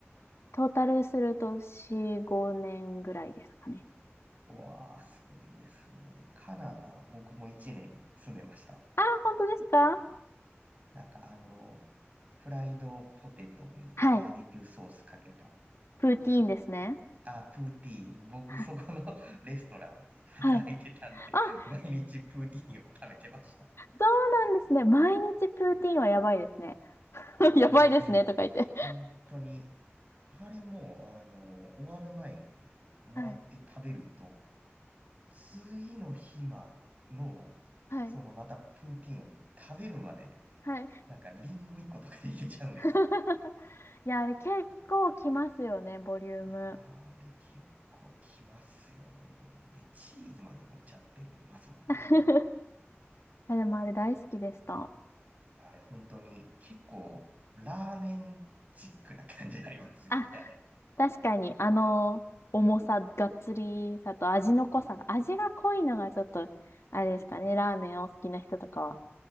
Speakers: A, on the left; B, on the right.
A: トータルすると4、5年ぐらいですかね。
B: わー、すごいですね。カナダ、僕も1年住んでました。
A: あ、本当ですか
B: なんかあの、フライドポテトにバーベキューソースかけた、
A: はい。プーティーンですね。
B: な、あ、プーティーン。僕そこの
A: はい
B: <laughs> レストランで働いてたんで、
A: はい。あ、
B: 毎日プーティーンを食べてました。
A: そうなんですね。毎日プーティーンはやばいですね。<laughs>
B: あれ、
A: やばいですね、
B: でも、
A: とか言って。
B: 本当にあれも、あの、終わる前にもらって食べると、
A: はい。
B: 次の日まの、
A: はい。
B: そのまたプーティンを食べるまで、
A: はい。
B: なんかリンゴ1個とかでいけちゃうんですよ。
A: <laughs> いや、あれ結構きますよね、ボリューム。
B: あれ結構きますよね。で、チーズまで乗っちゃってますもんね。
A: <laughs>
B: あの、
A: あ、でもあれ大好きでした。
B: あれ本当に結構ラーメンチックな感じになりますよね、
A: あ、
B: あれ。
A: 確かに、あの、重さ、がっつりさと味の濃さが、
B: あの、
A: 味が濃いのがちょっと、あれですかね、ラーメンを好きな人とかは、